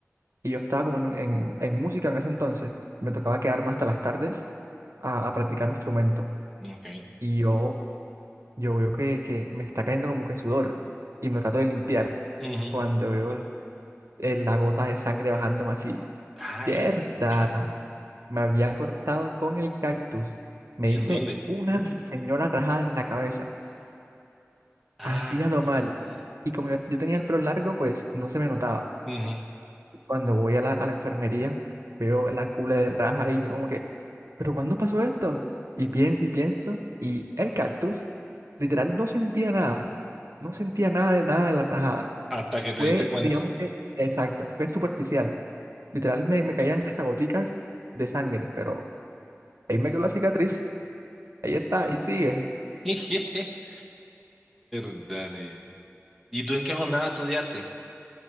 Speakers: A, on the right; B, in the centre.
A: Y yo estaba como en, un- en, en música en ese entonces. Me tocaba quedarme hasta las tardes a, a practicar mi instrumento.
B: Ok.
A: Y yo, yo veo que, que me está cayendo como que sudor y me lo trato de limpiar
B: Ujú.
A: cuando veo el- el- la gota de sangre bajándome así.
B: Ay,
A: Yerda,
B: pucha.
A: me había cortado con el cactus. Me
B: ¿Y
A: hice
B: en dónde?
A: una señora rajada en la cabeza.
B: Ay.
A: Hacía lo mal. Y como yo, yo tenía el pelo largo, pues no se me notaba.
B: Ujú.
A: Cuando voy a la, a la enfermería, veo la cule de raja y yo como que, ¿pero cuándo pasó esto? Y pienso y pienso, y el cactus, literal, no sentía nada. No sentía nada de nada de la rajada.
B: Hasta que te
A: Fue,
B: diste cuenta.
A: digamos que, exacto, fue superficial. Literal, me, me caían hasta goticas de sangre, pero Ahí me quedó la cicatriz. Ahí está, ahí sigue.
B: <laughs> Dale. ¿Y tú en qué jornada estudiaste?